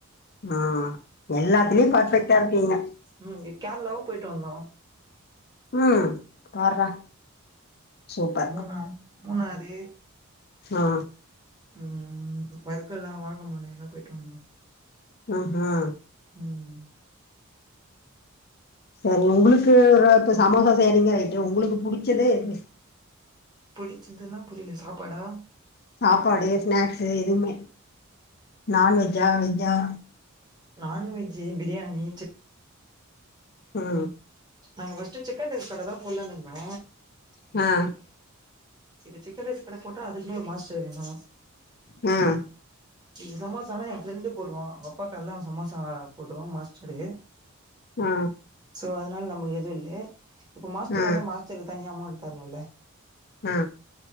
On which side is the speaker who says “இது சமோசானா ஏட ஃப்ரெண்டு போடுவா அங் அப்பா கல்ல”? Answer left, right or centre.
Right